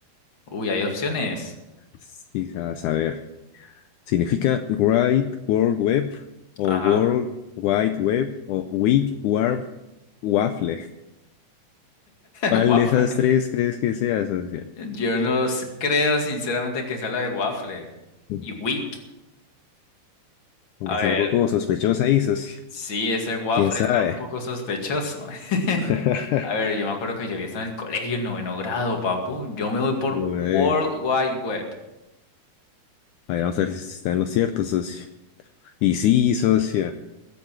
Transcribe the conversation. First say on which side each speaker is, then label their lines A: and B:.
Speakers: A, on the left; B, on the left.
A: Uy, hay opciones.
B: Sí, a saber. Significa Great World Web o
A: Ajá.
B: World Wide Web o Wig Warm Waffle. ¿Cuál
A: <laughs> Waffle.
B: de esas tres crees que sea, socio?
A: Yo no s- creo sinceramente que sea la de waffle.
B: Mm.
A: Y wick.
B: Aunque
A: A
B: está
A: ver,
B: un poco sospechosa ahí, socio.
A: sí, ese waffle
B: ¿Quién sabe?
A: está un poco sospechoso. <laughs>
B: <laughs>
A: A ver, yo me acuerdo que yo vi esto en el colegio en noveno grado, papu. Yo me voy por
B: Ué,
A: World Wide Web.
B: a ver, vamos a ver si está en lo cierto, socio. Y sí, socio.